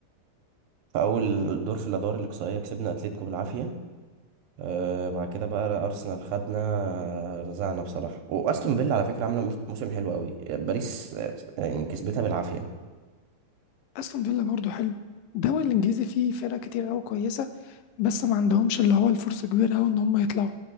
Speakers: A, on the right (about 85°); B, on the left (about 85°).
A: في اول دور في الادوار الاقصائية كسبنا اتلتيكو بالعافية آه بعد كده بقى ارسنال خدنا آه، رزعنا بصراحه واستون فيلا على فكره عامله مو- موسم حلو قوي باريس آه، يعني كسبتها بالعافيه
B: استون فيلا برضه حلو الدوري الانجليزي فيه فرق كتير قوي كويسه بس ما عندهمش اللي هو الفرصه كبيره قوي ان هم يطلعوا